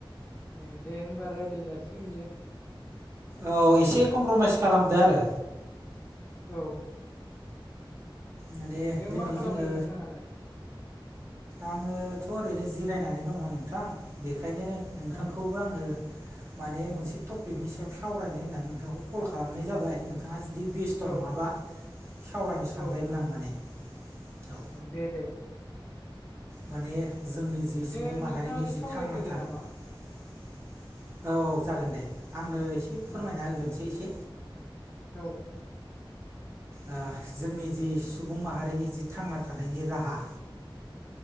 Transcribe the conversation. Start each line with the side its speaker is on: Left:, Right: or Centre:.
Left: ए दे होनोमबा रायज्लाय जासिगोन बेयो
Right: औ एसे कमप्रमाइस खालामदो आरो।
Left: औ।
Right: माने
Left: ओरैनो
Right: दिनै
Left: मा खालामदों
Right: जोङो।
Left: नोंथाङालाय
Right: आङोथ' ओरैनो जिरायनानै दङ नोंथां बेखायनो नोंथांखौबो
Left: ओ
Right: आङो। माने मोनसे टपिकनि सायाव सावरायनो होननानै नोंथांखौ कल खालामनाय जाबाय नोंथाङा जुदि बेस्थ'
Left: औ
Right: नङाबा सावरायनो सानबायमोन
Left: औ औ ओ
Right: आं माने औ
Left: दे दे।
Right: माने जोंनि जि सुबुं
Left: दे
Right: माहारिनि
Left: नोंथाङानो
Right: जि
Left: सावरायग्रोदो
Right: थांना थानायानो
Left: नामा
Right: औ औ जागोन दे आंनो एसे फोरमायना
Left: उम
Right: होग्रोनोसै एसे
Left: औ।
Right: ओ जोंनि जि सुबुं माहारिनि जि थांना थानायनि राहा